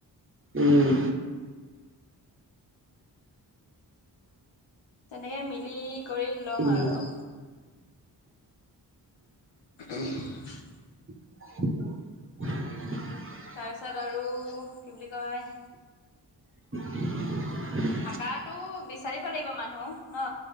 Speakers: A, on the right (about 30°); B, on the left (about 90°).
A: উম।
B: তেনেকে মিলি কৰি ল'ম
A: উম
B: আৰু। <unintelligible>
A: <inaudible>
B: তাৰছত আৰু কি বুলি কয়।
A: <inaudible>
B: থাকাটো বিচাৰিব লাগিব মানুহ ন?